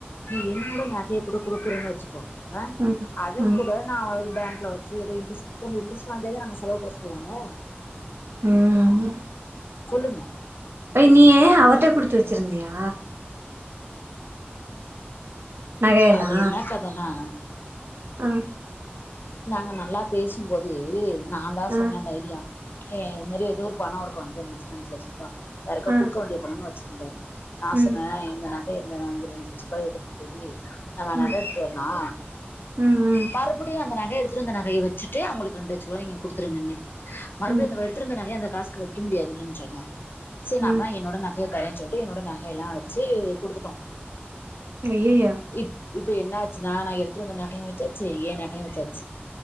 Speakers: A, on the left; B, on the right.
A: நீ என்னோட நகைய கூட கொடுக்குறேன்னு வச்சுக்கோ ஆ
B: ம்
A: அத
B: ம்
A: கூட நா அது பேங்க்ல வச்சு ஏதோ இன்ட்ரெஸ்ட் குடுத் அந்த இன்ட்ரெஸ்ட் வாங்கியே நாங்க செலவுப்படுத்துவாங்க
B: ம் ம்
A: சொல்லுங்க
B: அய் நீ ஏ அவர்ட குடுத்து வச்சிருந்தியா நகையெல்லா
A: அது என்ன கதனா
B: ஆ
A: நாங்க நல்லா பேசும்போது நா தா
B: ஆ
A: சொன்னல அந்த ஐடியா ஏ இந்த மாறி ஏதோ ஒரு பண இருக்கு அஞ்சு லட்ச ரெண்டு லட்ச ரூபா யாருக்கோ
B: ஆ
A: குடுக்க வேண்டிய பணன்னு வச்சிருந்தாரு நா
B: ம்
A: சொன்ன எ இந்த நகை இந்தஞ்ச ரெண்டு லட்ச ரூபாய் எடுத்துட்டு போய் அந்த
B: ம்
A: நக எடுத்துட்டு ஆ
B: ம் ம்
A: மறுபடியு அந்த நகை எடுத்துட்டு வந்த நகையை வச்சிட்டு அவங்களுக்கு ரெண்டு லட்ச ரூபாய நீங்க குடுத்துருங்கன்னு மறுபடியு
B: ம்
A: அந்த எடுத்துட்டு வந்த நகைய அந்த காசுக்கு வைக்க முடியாதுன்னு சொன்னாரு சரி நா
B: ம்
A: அப்பனா என்னோட நகைய தர சொ என்னோட நகையெல்லா வச்சு கொடுத்துட்டோ
B: அய்யய்யோ
A: இ இப்ப என்ன ஆச்சு நா நா எடுத்துட்டு வந்த நகையு வச்சாச்சு எய நககையு வச்சாச்சு